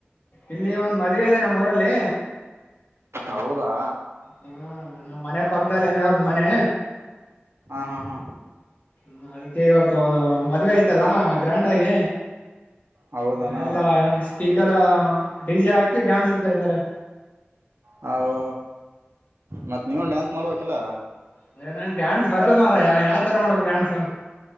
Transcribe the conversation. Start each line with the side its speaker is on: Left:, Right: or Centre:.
Left: ಇಲ್ಲಿ ಒಂದ್ ಮದುವೆ ಇದೆ ನಮ್ಮ್ ಊರಲ್ಲಿ
Right: ಹೌದಾ
Left: ಹಾ ನಮ್ಮ್ ಮನೆ ಪಕ್ಕ್ದಲ್ಲೇನೆ ಅವ್ರದ ಮನೆ
Right: ಹಾ ಹಾ ಹಾ
Left: ಹ ಅದಕ್ಕೆವರ್ತದು ಮದ್ವೆ ಆಯ್ತಲ್ಲ ಗ್ರ್ಯಾಂಡ್ ಆಗಿ
Right: ಹೌದಾನ
Left: ಹ ಎಲ್ಲಾ ಸ್ಪೀಕರ್ ಹ ಡಿ ಜೆ ಹಾಕಿ ಡ್ಯಾನ್ಸ್ ಇಡ್ತಾ ಇದ್ದಾರೆ
Right: ಹಹೋ ಮತ್ತ್ ನೀವು ಡ್ಯಾನ್ಸ್ ಮಾಡಬೇಕಕಿಲ್ಲ
Left: ಅದೇ ನನ್ ಡ್ಯಾನ್ಸ್ ಬರಲ್ ಮಾರಾಯ ಯಾವತರ ಮಾಡ್ಬೇಕ್ ಡ್ಯಾನ್ಸ್